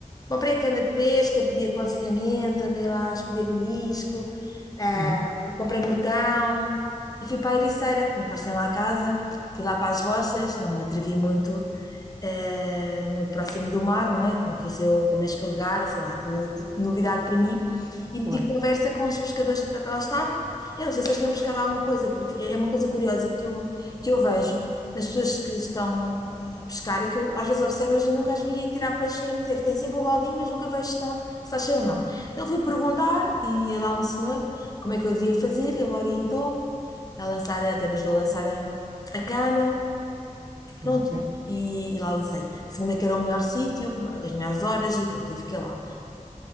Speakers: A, on the left (about 25°); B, on the right (about 25°).
A: comprei a cana de pesca, pedi aconselhamento, andei lá a escolher o isco, ah,
B: uhum,
A: comprei morcão e fui para a Ericeira. Meus pais têm lá a casa, fui lá para as rochas, não me atrevi muito eh, muito próximo do mar, não é? Não fosse eu também escorregar, sei lá, aquilo tudo novidade para mim. E meti
B: claro,
A: conversa com os pescadores que lá estavam. Eu não sei se eles tinham pescado alguma coisa, porque é uma coisa curiosa que eu, que eu vejo nas pessoas que estão a pescar, é que eu às vezes observo e nunca as vi a tirar peixe e a meter. Tem sempre o baldinho, mas nunca vejo se estão- se está cheio ou não. Então fui perguntar e lá um senhor como é que eu devia fazer, ele orientou-me a lançar, a, até me ajudou a lançar a, a cana. Pronto,
B: ok.
A: e, e lá lancei. Segunda que era o melhor sítio, com as melhores horas, e pronto, eu fiquei lá.